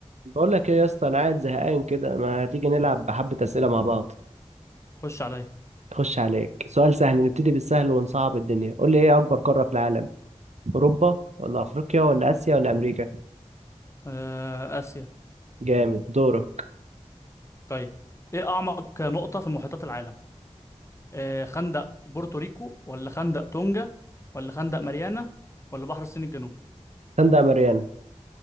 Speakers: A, on the right (about 70°); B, on the left (about 25°).
A: بقول لك ايه يا اسطى انا قاعد زهقان كده ما تيجي نلعب بحبة اسئله مع بعض
B: خش عليا
A: خش عليك سؤال سهل نبتدي بالسهل ونصعب الدنيا قول لي ايه اكبر قاره في العالم اوروبا ولا افريقيا ولا اسيا ولا امريكا
B: آه، آسيا
A: جامد دورك
B: طيب إيه أعمق نقطة في محيطات العالم؟ آه، خندق بورتوريكو ولا خندق تونجا ولا خندق ماريانا ولا بحر الصين الجنوبي؟
A: خندق ماريانا